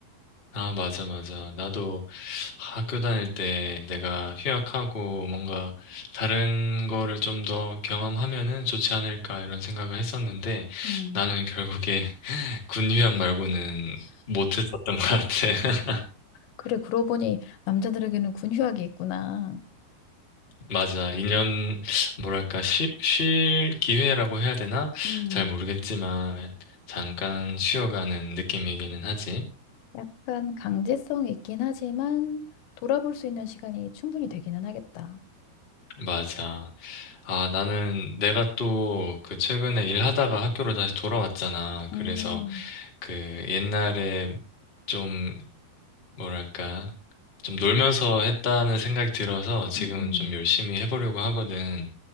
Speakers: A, on the left; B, on the left.
A: 아, 맞아, 맞아. 나도 학교 다닐 때 내가 휴학하고 뭔가 다른 거를 좀 더 경험하면은 좋지 않을까 이런 생각을 했었는데
B: 음.
A: 나는 결국에 <laughs> 군 휴학 말고는 못했었던 것 같아. <laughs>
B: 그래, 그러고 보니 남자들에게는 군 휴학이 있구나.
A: 맞아. 2년, 뭐랄까, 쉬, 쉴 기회라고 해야 되나?
B: 음.
A: 잘 모르겠지만 잠깐 쉬어가는 느낌이기는 하지.
B: 약간 강제성이 있긴 하지만, 돌아볼 수 있는 시간이 충분히 되기는 하겠다.
A: 맞아. 아, 나는 내가 또 그 최근에 일하다가 학교로 다시 돌아왔잖아. 그래서
B: 음,
A: 그 옛날에 좀 뭐랄까 좀 놀면서 했다는 생각이 들어서 지금은
B: 음, 음.
A: 좀 열심히 해보려고 하거든.